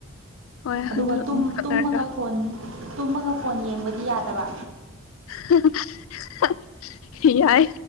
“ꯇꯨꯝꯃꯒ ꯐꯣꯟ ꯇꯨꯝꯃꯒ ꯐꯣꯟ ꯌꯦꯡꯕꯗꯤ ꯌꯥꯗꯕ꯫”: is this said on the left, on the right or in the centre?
Right